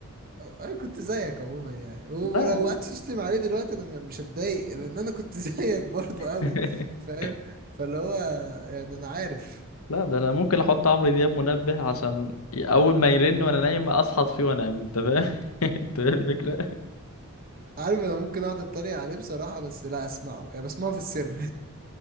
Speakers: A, on the right; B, on the left.
A: انا كنت زيك عموما يعني و-
B: لا
A: ولو قعدت تشتم عليه دلوقتي انا مش هتضايق لان انا كنت <laughs> زيك برضه قوي
B: <laughs>
A: فاهم فاللي هو يعني انا عارف
B: لا ده انا ممكن احط عمرو دياب منبه عشان اول ما يرن وانا نايم اصحى فيه وانام انت فاهم <laughs> انت فاهم الفكره <laughs>
A: عارف انا ممكن اقعد اتريق عليه بصراحة بس لا اسمعه يعني بسمعه في السر